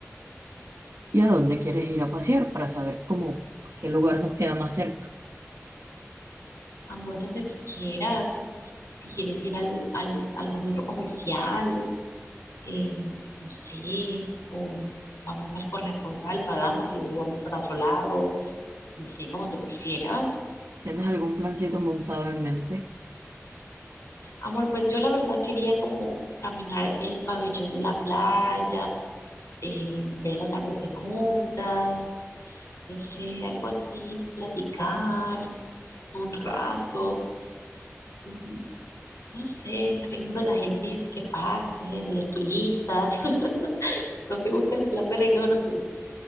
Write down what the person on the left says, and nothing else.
Amor, donde tú quieras. Si quieres ir al, al, algún centro comercial, eh, no sé, o vamos al corresponsal, pagamos y luego vamos para otro lado, no sé, como tú prefieras.
Amor, pues yo la verdad quería como caminar el pabellón de la playa, eh, ver el atardecer juntas, no sé, algo así, platicar un rato, mm, no sé, reírnos de la gente que pase, de los turistas. <laughs> ¿No te gusta el plan de reino de los turistas?